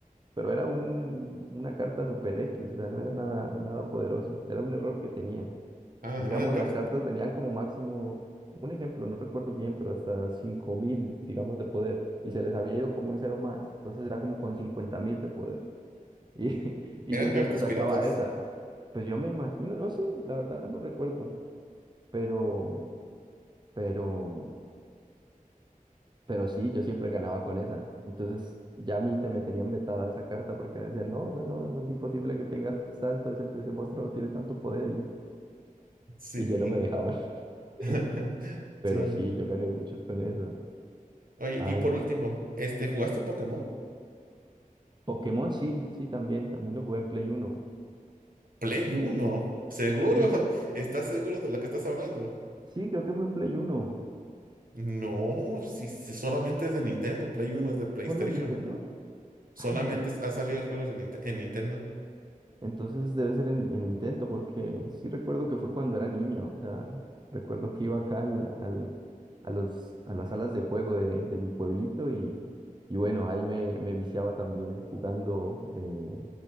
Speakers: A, on the right (about 30°); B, on the right (about 80°).
A: pero era un, una carta super X, o sea, no era nada, nada poderoso, era un error que tenía.
B: Ah,
A: Digamos,
B: ¿eran, car-
A: las cartas venían como máximo, un ejemplo, no recuerdo bien, pero hasta 5000 digamos, de poder, y se les había ido como un cero más, entonces era como con 50000 de poder, y, <laughs> y
B: eran
A: yo siempre
B: cartas
A: sacaba
B: piratas?
A: esa. Pues yo me imagino, no sé, la verdad no recuerdo, pero, pero Pero sí, yo siempre ganaba con esa. Entonces ya a mí te me tenían vetada esa carta porque decían, no, eso no, eso es imposible que tengas tanto, ese, ese monstruo no tiene tanto poder y,
B: Sí.
A: y ya no me dejaban. <laughs>
B: <laughs>
A: Pero
B: Sí.
A: sí, yo gané muchos con eso.
B: Oye,
A: Ay,
B: y por
A: ma-
B: último, este, ¿jugaste Pokémon?
A: Pokémon sí, sí, también, también lo jugué en Play uno
B: Play uno ¿Seguro?
A: Sí,
B: <laughs> ¿Estás seguro de lo que estás hablando?
A: sí, creo que fue en Play uno
B: No, si, si solamente es de Nintendo, Play Uno es de PlayStation.
A: ¿Solo Nintendo?
B: Solamente
A: Ah, entonces,
B: es- ha salido
A: entonces
B: juegos de Ninte- en Nintendo.
A: Entonces debe ser en, en intento, porque sí recuerdo que fue cuando era niño, o sea, recuerdo que iba acá al, al- a los, a las salas de juego de, de mi pueblito y, y bueno, ahí me, me viciaba también jugando, eh,